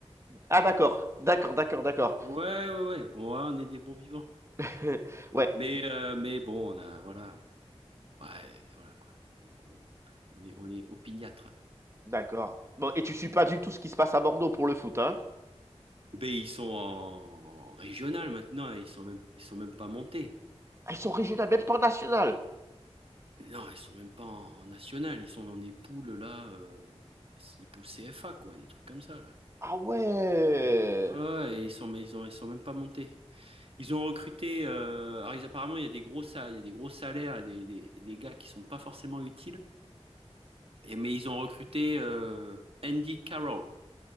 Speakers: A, on the right (about 25°); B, on the right (about 55°).
A: Ah d'accord, d'accord, d'accord, d'accord.
B: Ouais, ouais, ouais. Ouais, on est des bons vivants.
A: <laughs> Ouais,
B: Mais, euh, mais bon, on a, voilà. on- ouais, voilà, quoi. On, on est, on est opiniâtre.
A: d'accord. Bon, et tu suis pas du tout ce qui se passe à Bordeaux pour le foot, hein?
B: Ben, ils sont en régional maintenant et ils sont même, ils sont même pas montés.
A: Ah, ils sont régionales, même pas nationales.
B: Non, ils sont même pas en, en national. Ils sont dans des poules, là, euh, c'est des poules CFA, quoi, des trucs comme ça, là.
A: Ah ouais.
B: Ouais, ouais, et ils sont, mais ils ont, ils sont même pas montés. Ils ont recruté. euh, alors, ils- apparemment, il y a des gros, sa- il y a des gros salaires et des, des, des gars qui sont pas forcément utiles. Et, mais ils ont recruté euh, Andy Carroll.